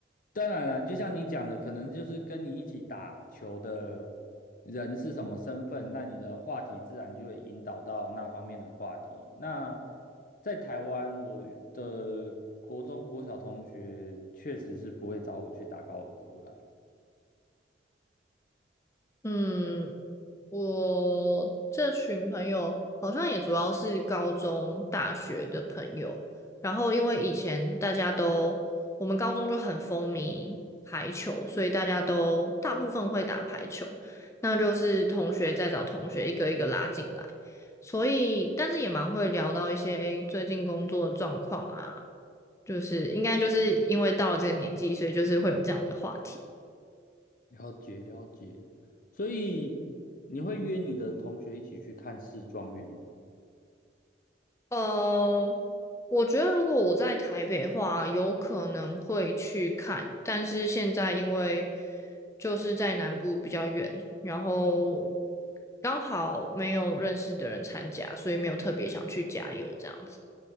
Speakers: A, on the left; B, on the left.
A: 当然了，就像你讲的，可能就是跟你一起打球的人是什么身份，那你的话题自然就会引导到那方面的话题。那在台湾，我的国中、国小同学确实是不会找我去打高尔夫啦。
B: 嗯，我这群朋友好像也主要是高中、大学的朋友，然后因为以前大家都，我们高中就很风靡排球，所以大家都大部分会打排球，那就是同学在找同学一个一个拉进来，所以但是也蛮会聊到一些，诶，最近工作的状况啊，就是应该就是因为到了这个年纪，所以就是会有这样的话题。
A: 了解了解，所以你会约你的同学一起去看世壮运吗？
B: 呃，我觉得如果我在台北的话，有可能会去看，但是现在因为就是在南部比较远，然后刚好没有认识的人参加，所以没有特别想去加油这样子。